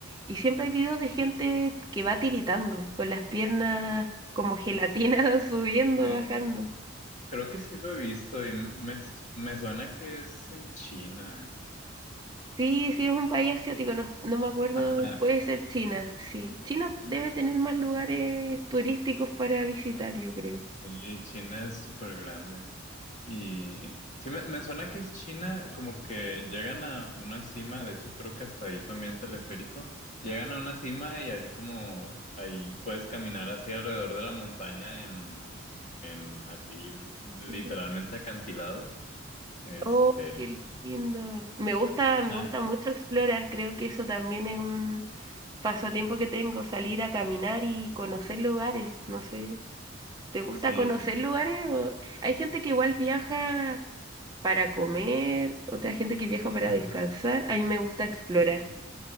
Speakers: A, on the right; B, on the left.
A: Y siempre hay videos de gente que va tiritando, con las piernas como gelatinas <laughs> subiendo,
B: Sí.
A: bajando.
B: Creo que sí lo he visto y me, me suena que es en China.
A: Sí, sí, es un país asiático, no, no me acuerdo,
B: Ajá.
A: puede ser China, sí. China debe tener más lugares turísticos para visitar, yo creo.
B: Sí, China es súper grande. Y sí, me, me suena que es China, como que llegan a una cima, de hecho creo que hasta ahí también teleférico, llegan a una cima y ahí como, ahí puedes caminar así alrededor de la montaña en, en así literalmente
A: Ujú.
B: acantilados. Este,
A: Oh, qué lindo. Me gusta, me
B: ah,
A: gusta mucho explorar, creo que eso también es un pasatiempo que tengo, salir a caminar y conocer lugares, no sé. ¿Te gusta
B: sí,
A: conocer lugares? o- Hay gente que igual viaja para comer, otra gente que viaja para
B: ajá.
A: descansar, a mí me gusta explorar.